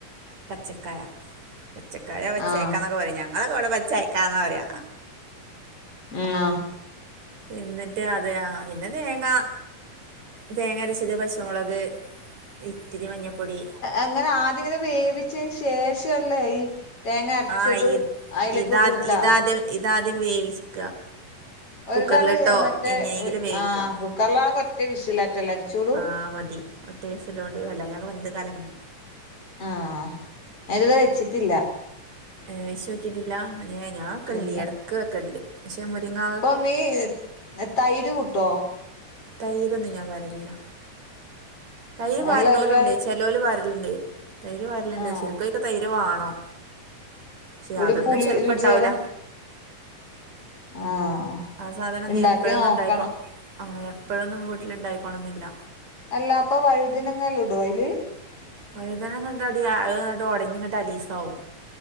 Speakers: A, on the right; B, on the left.
A: പച്ചക്കായ പച്ചക്കായ പചായ്ക്കന്നൊക്കെ
B: ആഹ്
A: പറിം ഞങ്ങളൊക്കെ വ്ടെ പചായ്ക്കാന്നാ പറയാ
B: മ് ആഹ്
A: എന്നിട്ട് അതെയ ആഹ് പിന്നെ തേങ്ങ തേങ്ങരച്ചത് പച്ചമുളക് ഇത്തിരി മഞ്ഞപ്പൊടി
B: എങ്ങനെ ആദ്യങ്ങനെ വേവിച്ചതിന് ശേഷല്ലേ ഈ തേങ്ങ അര്ച്ചത്
A: ആ ഈ
B: അയ്ലേക്ക്
A: ഇതാ
B: കൂട്ടാ
A: ഇതാദ്യം ഇതാദ്യം വേവിക്ക്അ
B: ഒരാള്
A: കുക്കർല്ട്ടോ
B: മറ്റേ
A: എങ്ങനെയെങ്കിലും വേവിക്ക്അ
B: ആഹ് കുക്കറിലാണെങ്കി ഒറ്റ വിസിലാറ്റല്ലേ അടിച്ചൂടൂ
A: ആഹ് മതി ഒറ്റ വിസിലോണ്ട് അല്ലങ്ങണ്ട് വെന്ത് കലങ്ങും
B: ആഹ് ഞാത് രെ വെച്ചിട്ടില്ല
A: ഏഹ് വെശ്ശോക്കിട്ടില്ല ഞ ഞാവെക്കെൽണ്ട്
B: ഇല്ല
A: എടക്ക് വെക്കൽണ്ട് ഷെ മുര്ങ്ങ
B: മേ തൈര് കൂട്ടോ
A: തൈരൊന്നും ഞാൻ പാരല് ല്ല തൈര് പാര്ണോലുണ്ട്
B: അല്ല ഒരാള്
A: ചെൽ ലോല് വാരല്ണ്ട് തൈര് വാരല്ണ്ട്
B: ആഹ്
A: ശെരിക്കും അയ്ക്ക് തൈര് വാണം ശേ
B: ഒരു
A: അതൊന്നും
B: പുളി
A: ചെലപ്പണ്ടാവൂല
B: രുചി വരാൻ ആഹ്
A: ആ സാധനം ഒന്നും
B: ഇണ്ടാക്കി
A: എപ്പഴൊന്നും
B: നോക്കണം
A: ണ്ടായിക്കോ ആഹ് എപ്പഴൊന്നും വീട്ട്ല് ണ്ടായിക്കോണംന്നില്ല
B: അല്ല അപ്പൊ വഴുദിനങ്ങല്ല ഇടൊ അയ്ല്
A: വൈദനങ്ങ ഇങ്ങട് അടി അതാണ്ട് ഒടഞ്ഞ് ഇങ്ങട്ട് അലീസാവും.